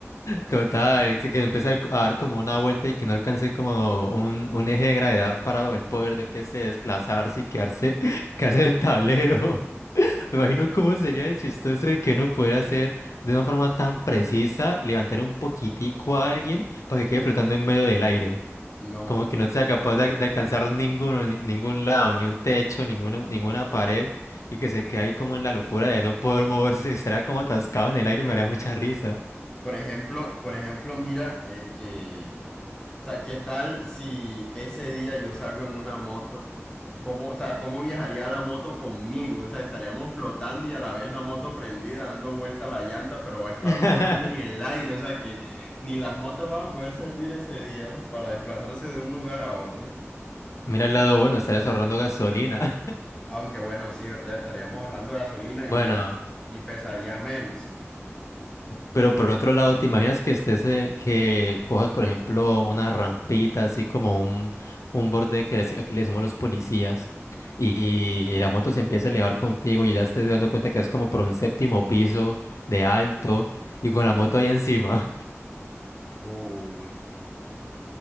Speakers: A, on the left; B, on the left.
A: Total, sí que empecé a dar como una vuelta y que no alcancé como un, un eje de gravedad para el poder de que se desplazarse y quedarse, <laughs> quedarse en el tablero. <laughs> Me imagino cómo sería de chistoso de que uno pudiera hacer de una forma tan precisa, levantar un poquitico a alguien para que quede flotando en medio del aire.
B: No,
A: Como
B: no,
A: que no sea
B: uy.
A: capaz de, de alcanzar ninguno, ni- ningún lado, ni un techo, ninguno, ninguna pared, y que se quede ahí como en la locura de no poder moverse, <laughs> estará como atascado en el aire, me haría mucha risa.
B: Por ejemplo, por ejemplo, mira, eh, que, o sea, ¿qué tal si ese día yo salgo en una moto? ¿Cómo, o sea, cómo viajaría la moto conmigo? O sea, estaríamos flotando y a la vez la moto prendida, dando vuelta a la llanta, pero va a estar
A: <laughs>
B: flotando en el aire, o sea que ni las motos van a poder servir ese día para desplazarse de un lugar a otro.
A: Mira el lado bueno, estarás ahorrando gasolina. <laughs>
B: Aunque bueno, sí, ¿verdad? Estaríamos ahorrando gasolina
A: Bueno,
B: y, y pesaría menos.
A: pero por otro lado, ¿te imaginas que estés, eh, que cojas, por ejemplo, una rampita, así como un, un borde que les- aquí le decimos los policías, y, y la moto se empieza a elevar contigo y ya estés dando cuenta que es como por un séptimo piso de alto y con la moto ahí encima?
B: Uh,